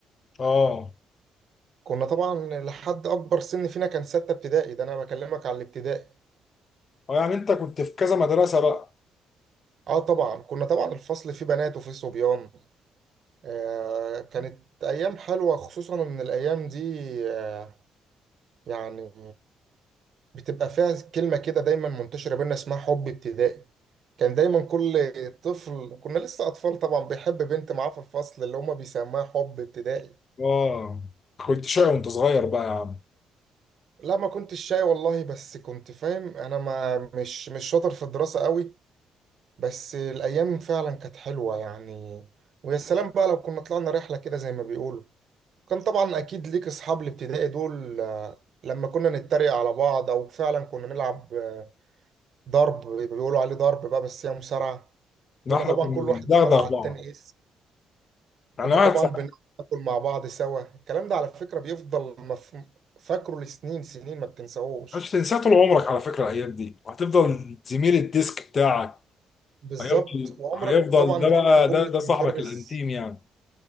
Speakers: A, on the left; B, on the right.
A: اه
B: كنا طبعا لحد اكبر سن فينا كان ستة ابتدائي ده انا بكلمك على الابتدائي
A: اه يعني انت كنت في كذا مدرسة بقى
B: اه طبعا كنا طبعا الفصل فيه بنات وفيه صبيان آه كانت ايام حلوة خصوصا ان الايام دي آه، يعني بتبقى فيها كلمة كده دايما منتشرة بينا اسمها حب ابتدائي كان دايما كل طفل كنا لسه أطفال طبعا بيحب بنت معاه في الفصل اللي هما بيسموها حب ابتدائي
A: اه كنت شقي وانت صغير بقى يا عم
B: لا ما كنتش شاي والله بس كنت فاهم أنا ما مش مش شاطر في الدراسة قوي بس الأيام فعلا كانت حلوة يعني ويا سلام بقى لو كنا طلعنا رحلة كده زي ما بيقولوا كان طبعا أكيد ليك أصحاب الابتدائي دول آه، لما كنا نتريق على بعض أو فعلا كنا نلعب آه، ضرب بيبقى بيقولوا عليه ضرب بقى بس هي مصارعة
A: ده
B: كنا
A: احنا
B: طبعا
A: كنا
B: كل
A: بندغدغ
B: واحد بيطلع على
A: بعض
B: التاني اسم
A: يعني
B: كنا
A: واحد
B: طبعا
A: صح-
B: بناكل مع بعض سوا الكلام ده على فكرة بيفضل مف... فاكره لسنين سنين ما بتنساهوش
A: مش تنساه طول عمرك على فكرة الايام دي وهتفضل زميل الديسك بتاعك
B: بالظبط
A: هيفضل
B: وعمرك
A: هيفضل
B: طبعا
A: ده
B: ما
A: بقى
B: تنسى جملة
A: ده ده
B: المدرس
A: صاحبك الانتيم يعني